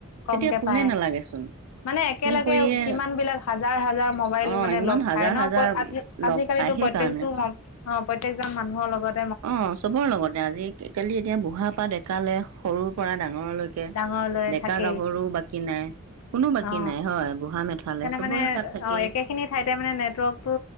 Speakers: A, on the left; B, on the right.
A: কমকে
B: তেতিয়া ফোনে
A: পায়
B: নালাগেচোন।
A: মানে একেলগে
B: ফোন কৰিয়ে
A: কিমান বিলাক হাজাৰ হাজাৰ মোবাইল
B: অ
A: মানে
B: ইমান
A: লগ
B: হাজাৰ
A: খাই ন?
B: হাজাৰ
A: আজিকালিতো
B: লগ পায় সেইকাৰণে
A: প্ৰত্যেক অ প্ৰত্যেকজন মানুহৰ লগত
B: অ চবৰ লগতে। আজি কালি এতিয়া বুঢ়া পা ডেকালে সৰু ডাঙৰলৈকে,
A: ডাঙৰলৈ
B: ডেকা
A: থাকেই
B: গাভৰুও বাকী নাই। কোনো বাকী
A: অ
B: নাই, হয়। বুঢ়া মেথালে
A: সেইকাৰণে
B: চবৰে
A: মানে
B: তাত থাকেই।
A: অ একেখিনি ঠাইতে মানে নেটৱৰ্কটো